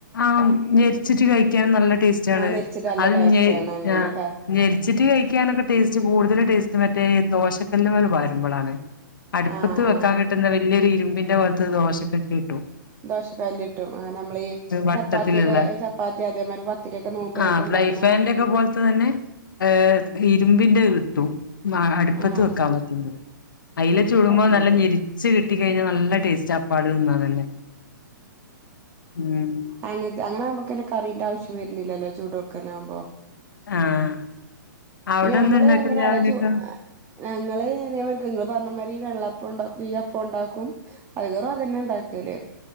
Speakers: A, on the left; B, on the right.
A: ആഹ് ഞെരിച്ചിട്ട് കഴിക്ക്യാൻ നല്ല ടേസ്റ്റാണത്.
B: ആഹ് നെരിച്ചിട്ട് നല്ല
A: അഹ്
B: ടേസ്റ്റ്
A: ഞെരി
B: ആണ് അങ്ങനെയൊക്കെ
A: ആഹ് ഞെരിച്ചിട്ട് കഴിക്കാനൊക്കെ ടേസ്റ്റ് കൂടുതൽ ടേസ്റ്റ് മറ്റേ ദോശക്കല്ല് മല് പാരുമ്പളാണ്. അടുപ്പത്ത്
B: ആഹ്
A: വെക്കാൻ
B: ആഹ്
A: കിട്ടുന്ന വലിയൊരു ഇരുമ്പിൻന്റെ പോലത്തെ ദോശക്കട്ടി കിട്ടു.
B: ദോഷക്കല്ലിട്ടും ആഹ് നമ്മളീ
A: വട്ടത്തിലുള്ള
B: ചപ്പാത്തിയൊക്കെ ചപ്പാത്തി അതേമായ്രിക് പത്തിരിയൊക്കെ നോമ്പിനൊക്കെ
A: ആഹ് ഫ്രൈ
B: ണ്ടാക്ക്ണേ.
A: പാന്റെ ഒക്കെ പോലത്തെ തന്നെ ഏഹ് ഇരുമ്പി ൻ്റെത് കിട്ടും മ അടുപ്പത്ത്
B: ആഹ്
A: വെക്കാൻ പറ്റുന്നത്. അയ്ല് ചൂടുമ്പോ
B: പറ്റണത്
A: നല്ല ഞെരി ച്ച് കിട്ടി കഴിഞ്ഞാ നല്ല ടേസ്റ്റാ അപ്പാട് തിന്നാനന്നെ ഉമ്
B: അങ്ങൻത്തെ അങ്ങനെ ആവുമ്പോൾക്കന്നെ കറിൻ്റെ ആവശ്യം വരുന്നില്ലല്ലൊ ചൂടോക്കനാവുമ്പം.
A: ആഹ് അവ്ടെന്താ
B: പിന്നെ നമ്മള്
A: ഉണ്ടാക്കല്
B: എങ്ങനെ
A: രാവില്യൊക്കെ?
B: അറിയാ ചൂ ഞങ്ങള് ഇതേ മായ്രിക് ഇങ്ങള് പർണമായിരി ഈ വെള്ളപ്പം ഉണ്ടാക്കും ഈ അപ്പം ഉണ്ടാക്കും. അധികേറു അതന്നെ ഇണ്ടാക്കല്.